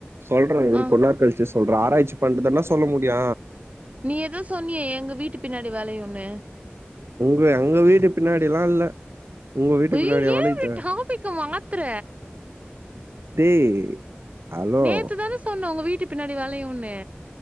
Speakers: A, on the right (about 75°); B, on the right (about 35°).
A: சொல்றே இரு
B: ஆ
A: கொன் நேர கழிச்சிச் சொல்ற ஆராய்ச்சி பண்ட்டுதான்டா சொல்ல முடியு
B: நீ எதோ சொன்னியே எங்க வீட்டு பின்னாடி வெளையுனு
A: உங்க எங்க வீடு பின்னாடிலா இல்ல உங்க வீட்டு
B: ஒய்யோ
A: பின்னாடியா
B: ஏ
A: வளையுது?
B: இப்டி டாப்பிக்க மாத்தர
A: டேய் ஹலோ
B: நேத்துதான சொன்ன ஒங்க வீட்டு பின்னாடி வெளையுன்னு